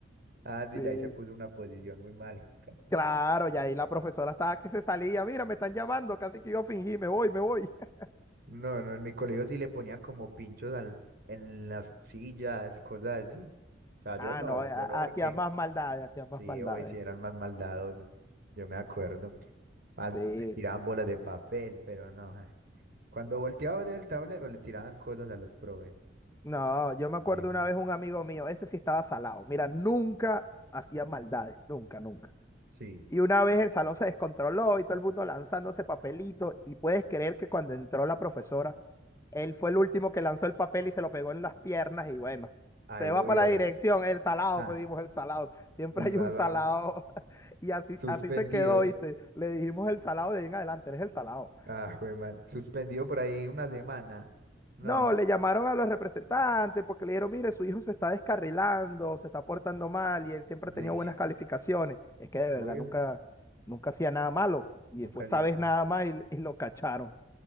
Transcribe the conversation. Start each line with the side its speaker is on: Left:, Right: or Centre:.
Right: Ah, sí,
Left: Sí,
Right: ya ahí se puso una posición muy maluca.
Left: claro, y ahí la profesora estaba que se salía, mira, me están llamando, casi que yo fingí, me voy, me voy. <laughs>
Right: No, no, en mi colegio sí le ponían como pinchos al, en las sillas, cosas así. O sea, yo
Left: Ah,
Right: no,
Left: no, ha-
Right: yo no porque
Left: hacían más maldades, hacían
Right: sí,
Left: más maldades.
Right: hoy sí eran más maldadosos, yo me acuerdo. Más,
Left: Sí,
Right: le tiraban bolas de papel, pero no. ja. Cuando volteaba del tablero le tiraban cosas a los profes.
Left: No, yo me acuerdo
Right: Le-
Left: una vez un amigo mío, ese sí estaba salado. Mira, nunca hacía maldades, nunca, nunca.
Right: Sí,
Left: Y una vez el salón se descontroló y todo el mundo lanzándose papelitos. Y puedes creer que cuando entró la profesora, él fue el último que lanzó el papel y se lo pegó en las piernas. Y bueno,
Right: ahí
Left: se
Right: lo
Left: va
Right: vieron.
Left: para la dirección, el salado,
Right: Ah,
Left: pues dijimos el salado. Siempre
Right: el
Left: hay
Right: salado,
Left: un salado. <laughs> Y así,
Right: suspendido.
Left: así se quedó, ¿viste? Le dijimos el salado de ahí en adelante, eres el salado.
Right: Ah, jue madre. Suspendido por ahí una semana. No,
Left: No, le llamaron a los representantes porque le dijeron, mire, su hijo se está descarrilando, se está portando mal y él siempre
Right: sí.
Left: ha tenido buenas calificaciones. Es que de verdad
Right: Güey,
Left: nunca, nunca hacía nada malo y
Right: nunca
Left: fue
Right: hacía
Left: esa vez
Right: nada.
Left: nada más y, y lo cacharon.